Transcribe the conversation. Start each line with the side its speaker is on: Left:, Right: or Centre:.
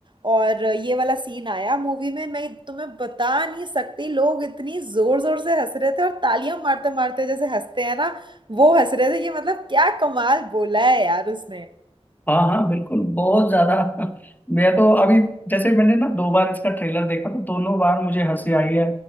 Right: और ये वाला सीन आया मूवी में मैं तुम्हें बता नहीं सकती लोग इतनी जोर जोर से हंस रहे थे और तालियां मारते मारते जैसे हंसते हैं ना वो हंस रहे थे कि मतलब क्या कमाल बोला है यार उसने
Left: हाँ हाँ बिल्कुल बहुत ज्यादा मैं तो अभी जैसे मैंने ना दो बार इसका ट्रेलर देखा तो दोनों बार मुझे हंसी आई है